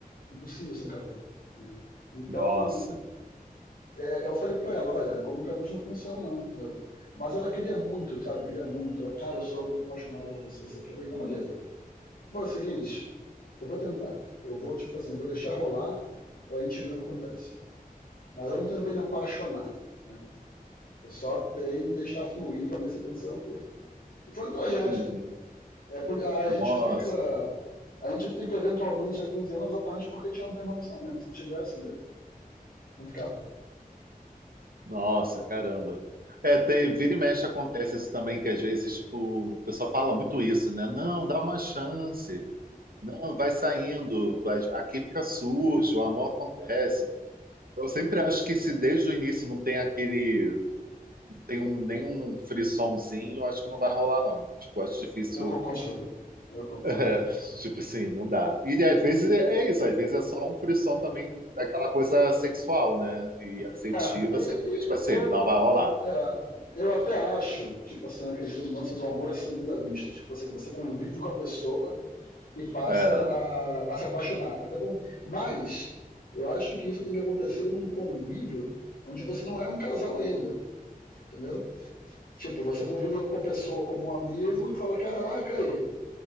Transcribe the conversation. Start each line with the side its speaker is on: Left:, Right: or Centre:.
Left: Impossível ser um casal. Né? Então,
Right: nossa,
Left: é, eu falei para ela, olha, como um casal não funciona não, entendeu? Mas ela queria muito, sabe? Queria muito. Ela, cara, eu sou muito apaixonada por você. Você quer ver? Então, beleza. Foi o seguinte, eu vou tentar. Eu vou, tipo assim, vou deixar rolar pra gente ver o que acontece. Mas eu não tentei me apaixonar, né? Eu só tentei deixar fluir pra ver se aconteceu alguma coisa. E foi uma tragédia.
Right: uhum.
Left: É por, a, a gente
Right: Nossa,
Left: fica... A gente fica eventualmente há 15 anos exatamente porque a gente não tem relacionamento. Se tivesse, não ficava.
Right: nossa, caramba. É, tem, vira e mexe acontece isso também, que às vezes, tipo, o pessoal fala muito isso, né? Não, dá uma chance. Não, vai saindo, vai, a química surge, o amor acontece. Eu sempre acho que se desde o início não tem aquele, não tem um, nenhum frissonzinho, eu acho que não vai rolar, não. Tipo, acho difícil,
Left: Eu concordo, Sogro. Eu
Right: <laughs>
Left: concordo.
Right: é, tipo assim, não dá. E às vezes é é isso, às vezes é só um frisson também daquela coisa sexual, né? E afetiva,
Left: É, e,
Right: você tem que, tipo assim,
Left: e eu,
Right: não vai rolar.
Left: é, eu até acho, tipo assim, acredito no lance do amor à segunda vista. Tipo assim, você convive com a pessoa e passa
Right: É,
Left: a, a se apaixonar. Até bom. Mas eu acho que isso tem que acontecer num convívio onde você não é um casal ainda, entendeu? Tipo, você convive com a pessoa como um amigo e fala, caraca aí,